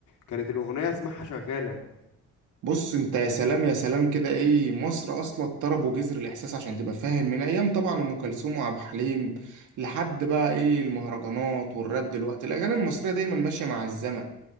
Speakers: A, on the left; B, on the right.
A: كانت الأغنية اسمعها شغالة
B: بص انت يا سلام يا سلام كده ايه مصر اصلا طرب وجزر الاحساس عشان تبقى فاهم من ايام طبعا ام كلثوم وعبد الحليم لحد بقى ايه المهرجانات والراب دلوقتي الاغاني المصريه دايما ماشيه مع الزمن